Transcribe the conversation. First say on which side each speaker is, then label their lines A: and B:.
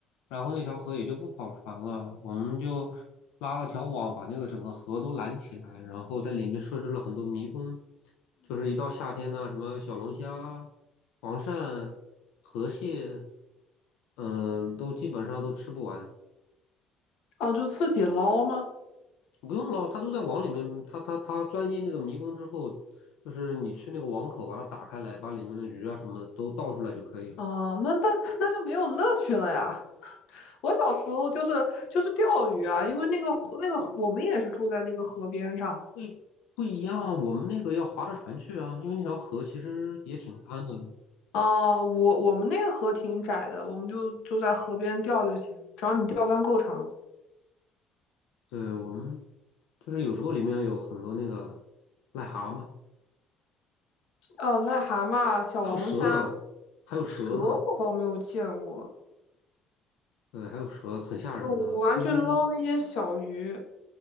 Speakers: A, on the left; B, on the left.
A: 然后那条河也就不跑船了，我们就拉了条网把那个整个河都拦起来，然后在里面设置了很多迷宫，就是一到夏天呢，什么小龙虾、黄鳝、河蟹，嗯，都基本上都吃不完，
B: 哦，就自己捞吗？
A: 不用捞，它都在网里面，它它它钻进那个迷宫之后，就是你去那个网口把它打开来，把里面的鱼啊什么的都倒出来就可以了。
B: 哦，那那那就没有乐趣了呀。我小时候就是就是钓鱼啊，因为那个河那个河我们也是住在那个河边上
A: 不一不一样啊，我们那个要划着船去啊，因为那条河其实也挺宽的。
B: 哦，我我们那个河挺窄的，我们就就在河边钓就行，只要你钓竿够长。
A: 对，我们就是有时候里面有很多那个癞蛤蟆，
B: 哦，癞蛤蟆、小龙虾、
A: 还有蛇，还有蛇呢。
B: 蛇我倒没有见过。
A: 对，还有蛇，很吓人的。
B: 就我完全捞那些小鱼，
A: 就是，